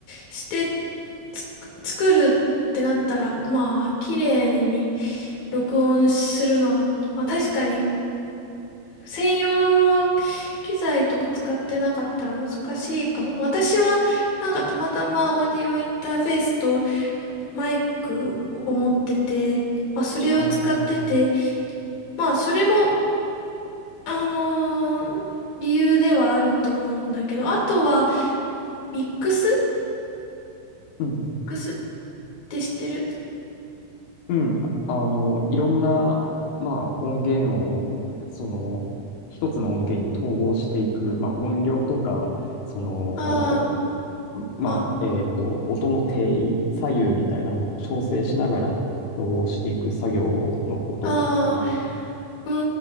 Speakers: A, on the left; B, on the left.
A: してつ作るってなったら、まあ綺麗に録音するのは、まあ確かに専用の機材とか使ってなかったら難しいかも。私はなんかたまたまオーディオインターフェースとマイクを持ってて、まあそれを使ってて、
B: ああ、あの、
A: まあそれも、あのー理由ではあると思うんだけど、あとはミックスミッ
B: うん
A: クスって知ってる
B: うん、あの、いろんな、まあ、音源を、その、一つの音源に統合していく、まあ、音量とか、その、
A: ああ、
B: まあ、
A: まあ、
B: えっと、
A: うん
B: 音の定位、左右みたいなのを調整しながら統合していく作業のことかな。
A: ああ、う